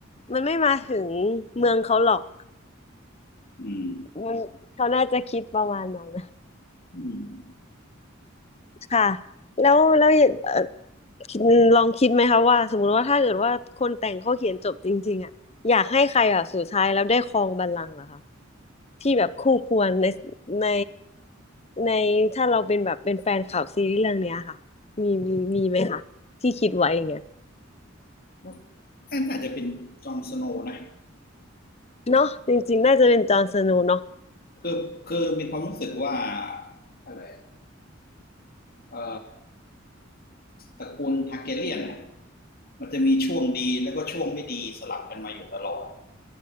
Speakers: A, on the left; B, on the left.
A: มันไม่มาถึงเมืองเขาหรอก
B: อืม
A: มันเขาน่าจะคิดประมาณนั้น
B: อืม
A: ค่ะแล้วแล้วเอ่อคิดลองคิดไหมคะว่าสมมุติว่าถ้าเกิดว่าคนแต่งเขาเขียนจบจริงๆอ่ะอยากให้ใครแบบสุดท้ายแล้วได้ครองบัลลังก์เหรอคะที่แบบคู่ควรในในในถ้าเราเป็นแบบเป็นแฟนคลับซีรีส์เรื่องเนี้ยค่ะมีมีมีไหมคะที่คิดไว้อย่างเงี้ย
B: ก็น่าจจะเป็นจอห์นสโนว์นะ
A: เนาะจริงๆน่าจะเป็นจอห์นสโนว์เนาะ
B: คือคือมีความรู้สึกว่าอะไรเอ่อตระกูลทาร์เกเลียนน่ะมันจะมีช่วงดีแล้วก็ช่วงไม่ดีสลับกันมาอยู่ตลอด